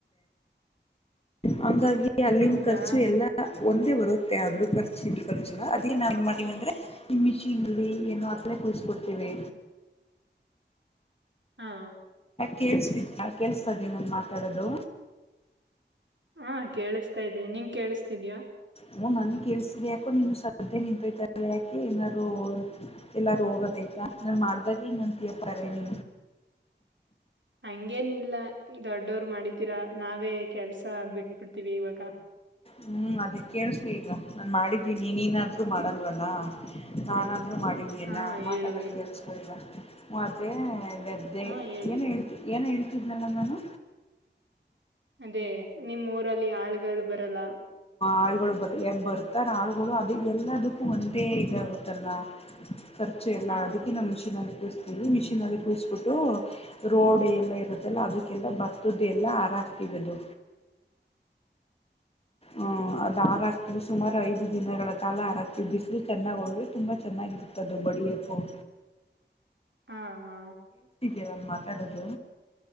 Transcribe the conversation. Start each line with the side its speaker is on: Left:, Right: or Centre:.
Left: ಹಾಗಿ ಅಲ್ಲಿನ್
Right: ಹೌದಾ
Left: ಖರ್ಚು ಎಲ್ಲ ಒಂದೇ ಬರುತ್ತೆ ಆದ್ರ ಖರ್ಚ ಖರ್ಚುಲ್ಲ ಅದ ನಾನ್ನ್ ಮಾಡೀನ ಅಂದ್ರೆ ಈ ಮಿಚಿನ್ಲ್ನು ಅತ್ತಲೇ ಕುದಿಸಕೊಡ್ತೇವೆ
Right: ಹಾ
Left: ಕೇಳ್ಸತ ಕೇಳ್ಸ್ತಾ ಇದೀ ನನ್ ಮಾತಾಡೋದು
Right: ಹಾ ಕೇಳಿಸತಾ ಇದ್ದನೆ ನೀನ್ ಕೇಳಿಸ್ತಿದಯಾ
Left: ಹ ನನ್ ಕೇಳ್ಸ ಯಾಕೋ ನಿಮ ಸದ್ದೆ ನಿಂತಯ್ತ ಯಾಕೆ ಏನಾದ್ರು ಎಲ್ಲಾರು ಹೋಗದೇ ಆಯ್ತಾ ನಾನು ಮಾಡ್ದಾಗ ಹಂಗಂತಿಯಪ್ಪಾರೆ ನೀ
Right: ಹಂಗೇನ ಇಲ್ಲ ದೊಡ್ಡವರು ಮಾಡಿದ್ದೀರಾ ನಾವೇ ಕೆಲ್ಸ ಬಿಟ್ಬಿಡ್ತೀವಿ ಇವಾಗ
Left: ಹ್ಮ್ ಅದೇ ಕೇಳಸ ಈಗ ನಾನು ಮಾಡಿದ್ದೀನಿ ನೀ ನೀನಾದ್ರೂ ಮಾಡಲ್ವಲ್ಲ ನಾನಾದ ಇ ಮಾಡೀ
Right: ಹಾ
Left: ಲ್ಲ
Right: ಹೇಳು
Left: ಮಾತಾಗೋದ
Right: ಹೇಳು
Left: ಕೇಳಸ್ಕೊಗ ಮತ್ತು ದ್ದೆ
Right: ಹಾ ಹೇಳು
Left: ಏನ್
Right: ಹೇಳು
Left: ಹೇಳ್ತ ಏನ್ ಹೇಳ್ತಿದ್ನಲ್ಲ ನಾನು
Right: ಅದೇ ನಿಮ್ಮ್ ಊರಲ್ಲಿ ಆಳುಗಳು ಬರಲ್ಲ
Left: ಆಳುಗಳು ಬ ಬರ್ತಾರೆ ಆಳುಗಳು ಅದ ಎಲ್ಲದಕ್ಕೂ ಒಂದೇ ಇದಾಗುತ್ತಲ್ಲ ಖರ್ಚೆ ಎಲ್ಲ
Right: ಹಾ
Left: ಅದಕ್ಕೆ ನಮ್ಮಿಷೀನ್ಲ್ ಕ್ತವಿ ಮಿಷನ್ಲ್ಲಿ ಕೂಸ್ಬಿಟ್ಟು ರೋಡ್ ಎಲ್ಲ ಇರುತ್ತಲ್ಲ ಅದಕ್ಕೆಲ್ಲ ಬತ್ತದ ಎಲ್ಲ ಆರಾಮ ದು ಹ ಅದು ಹಾಕ್ತಿವಿ ಸುಮಾರು ಐದು ದಿನಗಳ ಕಾಲ ಹರಾಕ್ತೀವಿ ಬಿಸಿಲು ಚೆನ್ನಾಗಿ ಹೋದ್ರೆ ತುಂಬಾ ಚೆನ್ನಾಗಿರುತ್ತೆ ದೊಬ್ಬಟ್ಟ ಪ್ಪ <inaudible>
Right: ಹಾ ಹಾ
Left: ಏನಾದ್ರು ಮಾತಾಡೋದು